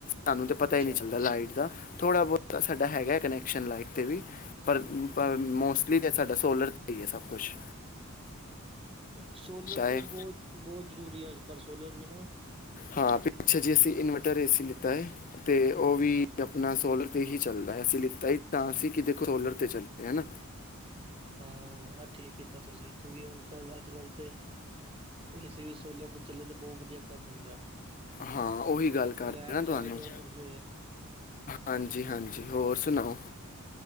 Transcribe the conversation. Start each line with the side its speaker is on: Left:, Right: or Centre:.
Left: ਸਾਨੂੰ ਤੇ
Right: ਅੱਛਾ
Left: ਪਤਾ ਹੀ ਨਹੀਂ ਚੱਲਦਾ ਲਾਈਟ ਦਾ। ਥੋੜ੍ਹਾ ਬਹੁਤਾ ਸਾਡਾ ਹੈਗਾ ਕਨੈਕਸ਼ਨ ਲਾਈਟ ਤੇ ਵੀ ਪਰ ਮੋਸਟਲੀ ਤਾਂ ਸਾਡਾ ਸੋਲਰ ਤੇ ਇਹ ਸਭ ਕੁਛ
Right: ਸੋਲਰ
Left: ਹੈ
Right: ਤੇ ਬਹੁਤ-ਬਹੁਤ ਜ਼ਰੂਰੀ ਹੈ ਅੱਜ ਕੱਲ੍ਹ ਸੋਲਰ ਵੀ ਨਾ
Left: ਹਾਂ ਪਿੱਛੇ ਜੇ ਅਸੀਂ ਇਨਵਰਟਰ ਏ ਸੀ ਲਿੱਤਾ ਹੈ ਤੇ ਉਹ ਵੀ ਆਪਣਾ ਸੋਲਰ ਤੇ ਹੀ ਚੱਲਦਾ। ਆ ਸੀ ਲਿੱਤਾ ਸੀ ਤਾਂ ਅਸੀਂ ਕਿ ਦੇਖੋ ਸੋਲਰ ਤੇ ਚੱਲ ਹਨਾ।
Right: ਹਾਂ ਇਹ ਠੀਕ ਕੀਤਾ ਤੁਸੀਂ ਕਿਉਂਕਿ ਹੁਣ ਕ ਅੱਜ-ਕੱਲ੍ਹ ਤੇ ਏ ਸੀ ਵੀ ਸੋਲਰ ਤੇ ਚੱਲੇ ਤੇ ਬਹੁਤ ਵਧੀਆ ਕੰਮ ਹੁੰਦਾ।
Left: ਹਾਂ ਉਹੀ ਗੱਲ ਕਰ
Right: ਲੈਟ
Left: ਦਾ ਨਾ
Right: ਜਾਵੇ
Left: ਤੁਹਾਨੂੰ
Right: ਜੋ ਮਰਜ਼ੀ ਹੋਏ
Left: ਹਾਂਜੀ-ਹਾਂਜੀ ਹੋਰ ਸੁਣਾਓ?